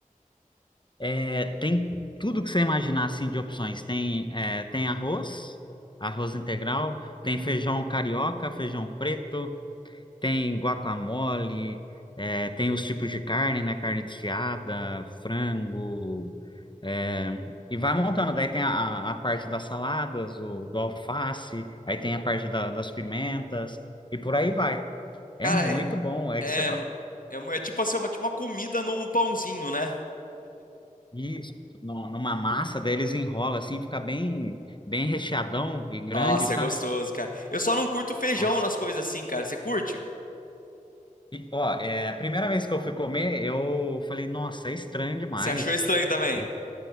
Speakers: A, on the left; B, on the left.
A: É, tem tudo que você imaginar assim de opções. Tem, é, tem arroz, arroz integral, tem feijão carioca, feijão preto, tem guacamole, é, tem os tipos de carne, né? Carne desfiada, frango, é, e vai montando. Daí tem a, a parte das saladas, o, do alface, aí tem a parte da- das pimentas, e por aí vai. É
B: Cara,
A: muito
B: é.
A: bom. É
B: É,
A: que você,
B: mu- é, mu- é tipo assim, uma, tipo uma comida num pãozinho, né?
A: Isso, nu- numa massa, daí eles enrolam assim, fica bem, bem recheadão e grande,
B: Nossa,
A: sabe?
B: é gostoso, cara. Eu só não curto feijão
A: Nossa.
B: nas coisas assim, cara. Você curte?
A: E, ó, é, a primeira vez que eu fui comer, eu falei, nossa, é estranho demais.
B: Você achou estranho também?
A: É,